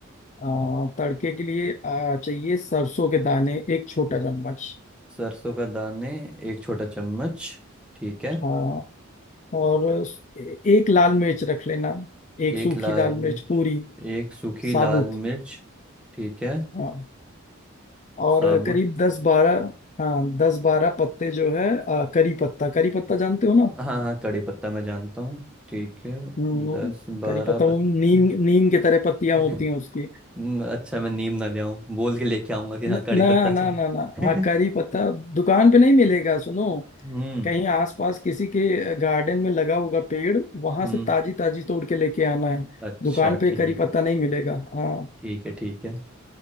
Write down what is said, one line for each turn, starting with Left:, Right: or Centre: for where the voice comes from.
Left: आ, तड़के के लिए आ, चाहिए सरसों के दाने एक छोटा चम्मच
Centre: सरसों का दाने एक छोटा चम्मच ठीक है
Left: हाँ और उस- ए- एक लाल मिर्च रख लेना एक सूखी
Centre: एक लाल
Left: लाल मिर्च
Centre: मिर्च
Left: पूरी
Centre: एक सूखी
Left: साबुत
Centre: लाल मिर्च ठीक है
Left: हाँ और
Centre: साबुत
Left: करीब दस बारह हाँ दस बारह पत्ते जो है आ, करी पत्ता करी पत्ता जानते हो ना
Centre: हाँ हाँ कड़ी पत्ता मैं जानता हूँ ठीक है
Left: हम्म,
Centre: दस बारह
Left: करी पत्ता
Centre: पत्ते
Left: वो नीम नीम के तरह पत्तियां
Centre: <laughs>
Left: होती हैं उसकी।
Centre: हम्म, अच्छा मैं नीम ना ले आऊं बोल के लेके आऊंगा कि हाँ
Left: न-
Centre: कड़ी
Left: ना
Centre: पत्ता
Left: ना
Centre: चाहिए
Left: ना ना हाँ करी
Centre: <laughs>
Left: पत्ता दुकान पे नहीं मिलेगा सुनो
Centre: हम्म
Left: कहीं आसपास किसी के गार्डन में लगा होगा पेड़ वहां
Centre: हम्म
Left: से ताजी ताजी तोड़ के लेके आना है
Centre: अच्छा
Left: दुकान पे
Centre: ठीक
Left: करी पत्ता
Centre: है
Left: नहीं मिलेगा हाँ
Centre: ठीक है ठीक है